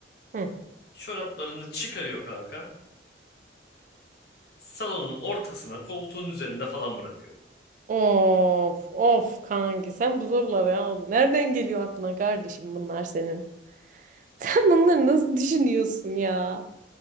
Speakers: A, on the right; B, on the left.
A: Hı.
B: çoraplarını çıkarıyor kanka. Salonun ortasına koltuğun üzerinde falan bırakıyor. Böyle.
A: Of of kanki sen bu soruları ya nereden geliyor aklına kardeşim bunlar senin? <laughs> Sen bunları nasıl düşünüyorsun ya?